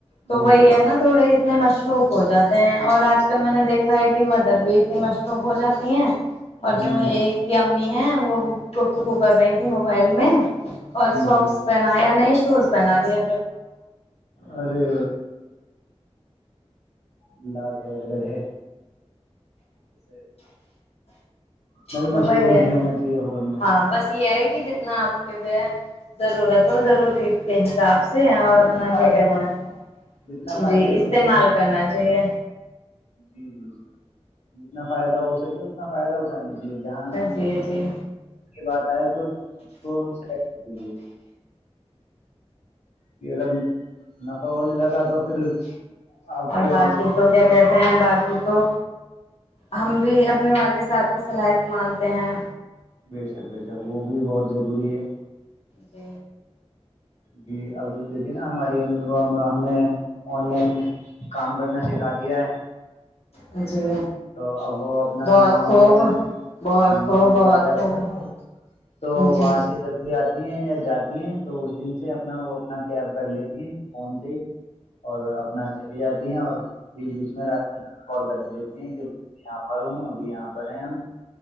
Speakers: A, on the left; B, on the left.
A: تو
B: بے
A: وہی
B: شک
A: ہے نا تھوڑے اتنے مشور مصروف ہو جاتے ہیں اور اج کل میں نے دیکھا ہے مدر بھی مشروط تو ہو جاتی ہیں اور
B: ہ
A: جو ہے ایک کہ ہے وہ گفتگو کر رہی تھی موبائل میں اور
B: جی
A: سوکس
B: جی
A: پہنایا ن ٹوس پہنا دی ہے
B: ارے اللہ خیر گ ہے جسے <unintelligible> <unintelligible> اتنا بھی
A: تو
B: مصروف
A: وہی ہے
B: نہیں ہونا
A: نا
B: چاہیے فون میں
A: ہاں بس یہ ہے جتنا آپ کے پ ضرورت ضروری کے حساب سے اور اپنا
B: جتنا فائدے
A: کیا کہتے
B: مند
A: ہیں
B: جتنا فائدے
A: جی استعمال
B: مند ہو
A: کرنا چاہیے
B: جی جی جتنا فائدہ ہو سکے اتنا فائدہ اٹھا لیجیے ج جہان
A: جی جی
B: بات چے تو اس کو دیجے کہ اگر نفہ ہونے لگا تو پھر آپ
A: اور
B: کا
A: باقی تو کیا کہتے ہیں باقی تو ہم بھی اب رنے والے صاحب کی صلاحیت مانتے ہیں
B: بےشک بےشک وہ بھی بہت ضروری ہے
A: جی
B: جی اب دیکھیے نا ہماری امی کو ہم نے آن لائن کام کرنا سکھا دیا ہے
A: ج جی
B: تو اب وہ اپنا
A: بہت
B: ماما
A: خوب
B: گیا
A: بہت خوب
B: ماما
A: بہت
B: گ جاتے
A: خوب
B: ہیں نا وہ تو
A: جی
B: وہاں سے جب بھی آ ہیں یا جاتی ہیں تو اس دن سے اپنا وہ اپنا کیب کر لیتی ہیں فون سے ہی اور اپنا چلی جاتی ہیں اور بیچ بیچ میں رات کال کرتے رہ یہ کہ یہاں پر ہوں ابھی یہاں پر ہیں ہم